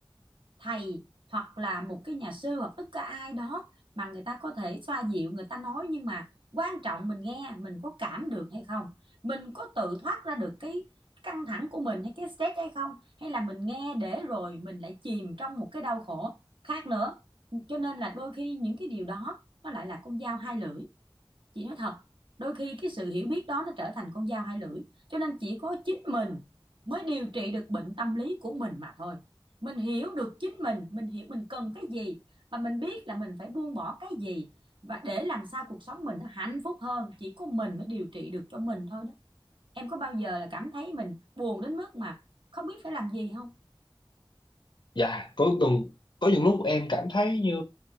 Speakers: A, on the right; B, on the left.
A: thầy hoặc là một cái nhà sư hoặc tất cả ai đó mà người ta có thể xoa dịu người ta nói nhưng mà quan trọng mình nghe mình có cảm được hay không mình có tự thoát ra được cái căng thẳng của mình hay cái stress hay không hay là mình nghe để rồi mình lại chìm trong một cái đau khổ khác nữa cho nên là đôi khi những cái điều đó nó lại là con dao hai lưỡi chị nói thật đôi khi cái sự hiểu biết đó nó trở thành con dao hai lưỡi cho nên chỉ có chính mình mới điều trị được bệnh tâm lý của mình mà thôi mình hiểu được chính mình mình hiểu mình cần cái gì và mình biết là mình phải buông bỏ cái gì và để làm sao cuộc sống mình nó hạnh phúc hơn chỉ có mình mới điều trị được cho mình thôi đó em có bao giờ là cảm thấy mình buồn đến mức mà không biết phải làm gì không
B: Dạ, có từng có những lúc em cảm thấy như